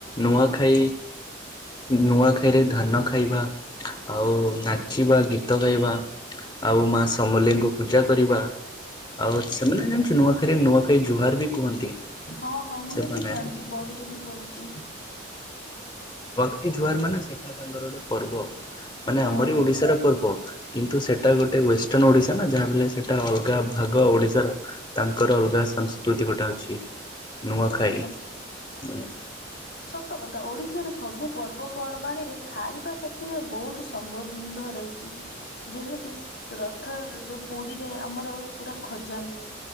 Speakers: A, on the left (about 25°); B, on the left (about 60°).
A: ନୂଆଖାଇ ନୂଆଖାଇରେ ଧାନ ଖାଇବା ଆଉ ନାଚିବା ଗୀତ ଗାଇବା ଆଉ ମାସ ସମଲେଇ ଙ୍କୁ ପୂଜା କରିବା ଆଉ ସେମାନେ ଜାଣିଛୁ ନୂଆଖାଇରେ ନୂଆଖାଇ ଜୁହାର ବି କୁହନ୍ତି।
B: ହଁ ହଁ ମୁଁ
A: ସେମାନେ।
B: ବି ଜାଣିଛି ବହିରେ ବି ପଢ଼ିଛି।
A: ନୁଆଖାଇ ଜୁହାର ମାନେ ସେଟା ତାଙ୍କର ଗୋଟେ ପର୍ବ ମାନେ ଆମରି
B: ହଁ
A: ଓଡ଼ିଶାର ପର୍ବ କିନ୍ତୁ ସେଇଟା ଗୋଟେ ୱେଷ୍ଟର୍ଣ୍ଣ ଓଡ଼ିଶା ନା ଯାହାବି ହେଲେ ସେଇଟା ଅଲଗା ଭାଗ ଓଡ଼ିଶାର। ତାଙ୍କର ଅଲଗା ସଂସ୍କୃତି ଗୋଟେ ଅଛି ନୂଆଖାଇ
B: ସତ
A: ଉଁ।
B: ସତକଥା ଓଡ଼ିଶାରେ ସବୁ ପର୍ବପର୍ବାଣୀ ରେ ଖାଇବା ସାଥିରେ ବୋହୁତୁ ସମ୍ବନ୍ଧିନ୍ଧ ରହିଛି। ଯେମିତି ରଥ ଯୋଉ ପୁରୀରେ ଆମର ପୁରା ଖଜା ମିଳେ।